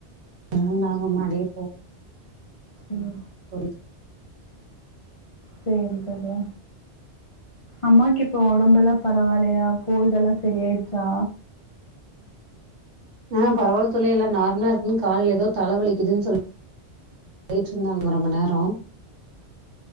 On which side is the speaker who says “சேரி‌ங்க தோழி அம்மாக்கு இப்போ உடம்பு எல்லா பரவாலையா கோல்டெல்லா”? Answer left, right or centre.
Left